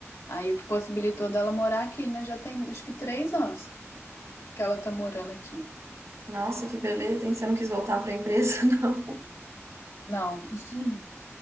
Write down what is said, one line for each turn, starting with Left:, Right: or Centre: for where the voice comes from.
Left: Aí o que possibilitou dela morar aqui, né? Já tem acho que três anos que ela tá morando aqui.
Right: Nossa, que beleza,
Left: E-
Right: hein? Você não quis voltar para a empresa, <laughs> não?
Left: Não. Sim.